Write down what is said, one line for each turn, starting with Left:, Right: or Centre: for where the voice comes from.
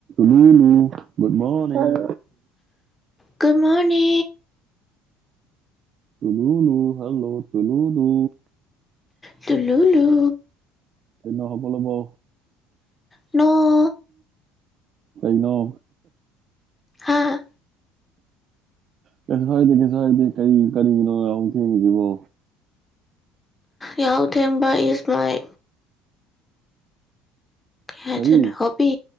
Right: ꯅꯨ ꯒꯗ ꯃꯅꯤꯡ
Left: ꯀꯃꯅꯦ
Right: ꯇꯅꯨꯅꯨ ꯍꯜꯂꯣ ꯇꯅꯨꯅꯨ
Left: ꯇꯂꯂꯨ
Right: ꯑꯩꯅꯣ ꯍꯕ ꯂꯕꯣ
Left: ꯅ
Right: ꯀꯩꯅꯩꯅꯣ
Left: ꯍꯥꯥ
Right: ꯀꯩꯁꯨ ꯍꯥꯏꯥꯏꯗꯦ ꯀꯩꯁꯨ ꯍꯥꯏꯗꯦ ꯀꯔꯤ ꯀꯔꯤꯒꯤꯅꯣ ꯍꯨꯛ ꯊꯦꯡꯉꯁꯤꯕꯣ
Left: ꯌꯥꯎ ꯊꯦꯡꯕ ꯏꯁ ꯃꯥꯏ ꯍꯦ
Right: ꯀꯔꯤ
Left: ꯆꯣ ꯍꯕꯤ